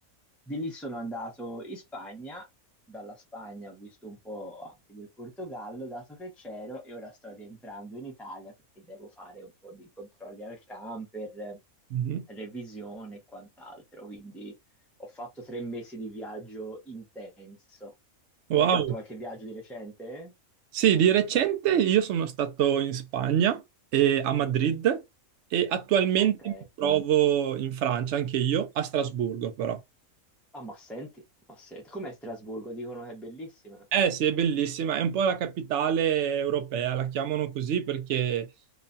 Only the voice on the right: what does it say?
Mhm.
Wow.
Sì, di recente io sono stato in Spagna, e a Madrid, e attualmente
mi trovo in Francia, anche io, a Strasburgo però.
Eh sì, è bellissima, è un po' la capitale europea, la chiamano così perché